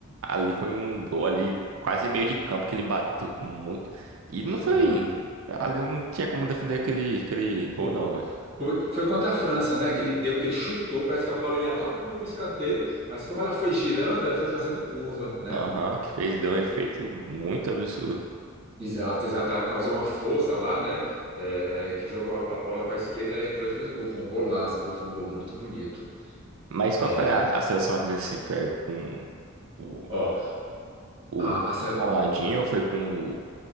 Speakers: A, on the right (about 65°); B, on the right (about 30°).
A: Ali foi um gol ali, quase meio de campo que ele bateu com muito. E
B: Foi.
A: não foi. Ali não tinha como defender aquele, aquele gol,
B: Fo-
A: não, velho.
B: Foi, foi contra a França, né? Que ele deu, que ele chutou, parece que a bola ia lá pro, pro escanteio, mas como ela foi girando, ela foi fazendo curva, né?
A: Aham, que fez, deu um efeito muito absurdo.
B: Exato, exato. Ela causou uma força lá, né? É, é, que jogou a a bola para a esquerda e ela entrou e fez um gol. Foi um golaço, viu? Foi um gol muito bonito.
A: Mas qual
B: É,
A: foi a, a seleção mais ou menos assim? Foi com o,
B: ó,
A: o
B: a, a sele-
A: Ronaldinho
B: Oi.
A: ou foi com